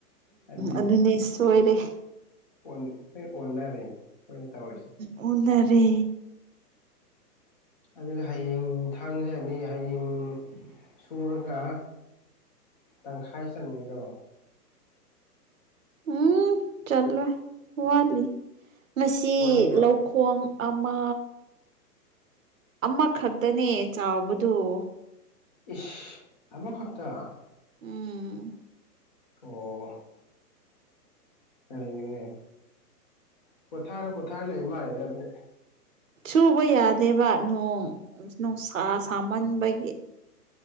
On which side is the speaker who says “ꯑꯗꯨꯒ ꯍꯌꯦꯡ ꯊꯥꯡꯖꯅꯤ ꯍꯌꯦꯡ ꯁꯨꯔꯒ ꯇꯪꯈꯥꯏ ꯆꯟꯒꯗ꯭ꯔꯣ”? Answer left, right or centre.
Left